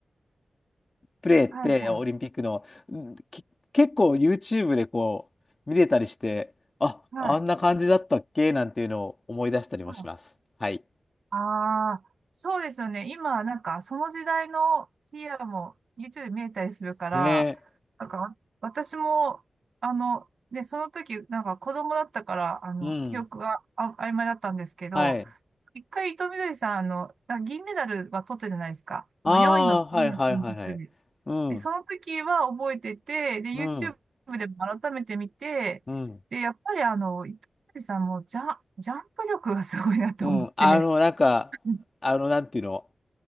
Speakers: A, on the left (about 40°); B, on the right (about 80°).
A: プレーってオリンピックの、
B: はい。ああ、はい。はい。は
A: うんき結構 YouTube でこう見れたりして、あ、
B: い。
A: あんな感じだったっけなんていうのを思い出したりもします。
B: はい。
A: はい。
B: ああ、そうですよね。今、なんか、その時代のフィギュアも YouTube で見えたりするから、
A: ね
B: なんか、私も、あの、ね、その時、なんか子供だったから、あの、
A: え。うん。
B: 記憶があ曖昧だったんですけど、
A: はい。
B: 一回、伊藤みどりさん、あの、あ銀メダルは取ったじゃないですか。
A: あ
B: その4位の次のオリンピックで。
A: あ、はいはいはいはい。うん。
B: で、その時は覚えてて、で、YouTube
A: うん。
B: でも改めて見て、
A: うん。
B: で、やっぱりあの、伊藤みどりさんもジャ、ジャンプ力がすごいなと思って、
A: うん。あの、なんか、
B: <laughs>
A: あの、なんていうの